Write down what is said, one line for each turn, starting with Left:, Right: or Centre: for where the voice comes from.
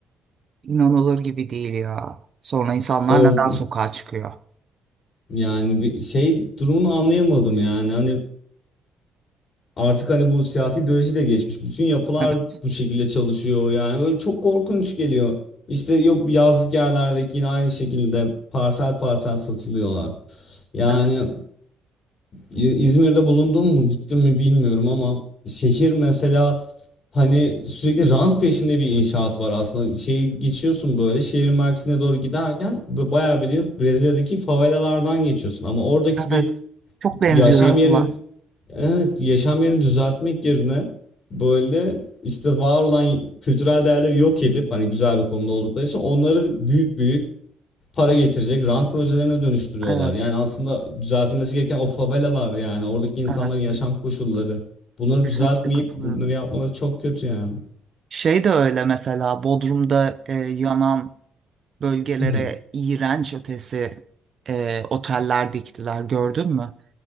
Right: İnanılır gibi değil ya. Sonra insanlar
Left: Kork
Right: neden sokağa çıkıyor?
Left: <laughs> yani bir şey durumunu anlayamadım yani. Hani artık hani bu siyasi ideoloji de geçmiş. Bütün yapılar
Right: Evet,
Left: bu şekilde çalışıyor. Yani böyle çok korkunç geliyor. İşte yok yazlık yerlerdeki yine aynı şekilde parsel parsel satılıyorlar. Yani
Right: evet.
Left: İ- İzmir'de bulundum mu gittim mi bilmiyorum ama şehir mesela hani sürekli rant peşinde bir inşaat var aslında. Şeyi geçiyorsun böyle şehrin merkezine doğru giderken b- bayağı bildiğin Brezilya'daki favelalardan geçiyorsun. Ama oradaki bir
Right: Evet. Çok benziyor
Left: yaşam
Right: yapılar.
Left: yerini evet, yaşam yerini düzeltmek yerine böyle işte var olan kültürel değerleri yok edip hani güzel bir konuda oldukları için onları büyük büyük para getirecek rant projelerine dönüştürüyorlar.
Right: Evet,
Left: Yani aslında düzeltilmesi gereken o favelalar yani oradaki insanların
Right: evet.
Left: yaşam koşulları. Bunları
Right: Kesinlikle
Left: düzeltmeyip
Right: katılıyorum.
Left: bunları yapmaları çok kötü yani.
Right: Şey de öyle mesela Bodrum'da e, yanan bölgelere
Left: <laughs>
Right: iğrenç ötesi e, oteller diktiler gördün mü?